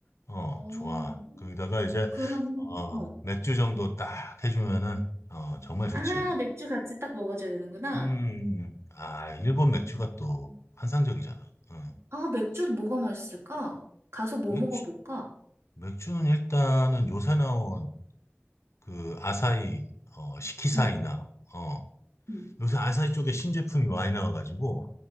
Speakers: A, on the left; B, on the right.
A: 어,
B: 어.
A: 좋아. 거기다가 이제,
B: 그러면,
A: 어,
B: 어.
A: 맥주 정도 딱 해주면은, 어, 정말 좋지.
B: 아, 맥주 같이 딱 먹어줘야 되는구나.
A: 음, 아, 일본 맥주가 또 환상적이잖아. 어,
B: 아, 맥주 뭐가 맛있을까? 가서 뭐
A: 맥주,
B: 먹어볼까?
A: 맥주는 일단은 요새 나온 그 아사히, 어, 시키사이나,
B: 응,
A: 어,
B: 응.
A: 요새 아사히 쪽에 신제품이 많이 나와가지고